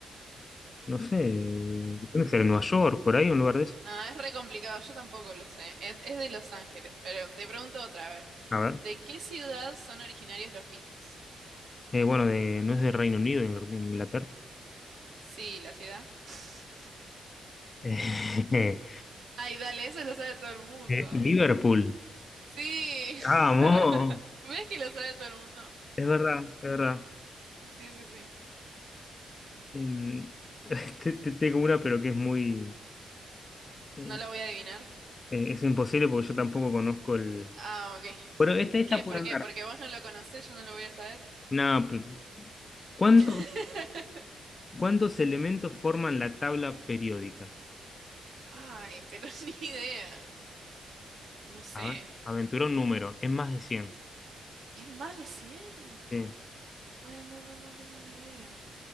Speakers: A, on the left; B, on the right.
A: no sé, de- ¿dónde será? ¿Nueva York? ¿Por ahí? ¿Un lugar de eso?
B: No, es re complicado, yo tampoco lo sé. Es, es de Los Ángeles, pero te pregunto otra, a ver.
A: A ver.
B: ¿De qué ciudad son originarios los Beatles?
A: Eh, bueno, de, no es de Reino Unido, de Ingl- Inglaterra.
B: Sí, la ciudad. <laughs>
A: <laughs>
B: Ay, dale, eso lo sabe todo el mundo.
A: Eh, Liverpool.
B: Sí, <laughs>
A: Vamos,
B: ¿ves que lo sabe todo el mundo?
A: es verdad, es verdad.
B: Sí, sí, sí.
A: Em, <laughs> te- te- tengo una, pero que es muy... eh,
B: No lo voy a adivinar.
A: eh, es imposible porque yo tampoco conozco el...
B: Ah, ok.
A: Bueno, esta, esta
B: ¿Qué?
A: puede
B: ¿Por
A: andar.
B: qué? Porque vos no lo conocés, yo no lo voy a saber.
A: Nada, pe- ¿cuántos,
B: <laughs>
A: cuántos elementos forman la tabla periódica?
B: Ay, pero <laughs> ni idea. No sé.
A: A ver, aventura un número, es más de 100.
B: ¿Es más de cien.
A: Sí,
B: Ay, no, no, no tengo ni idea.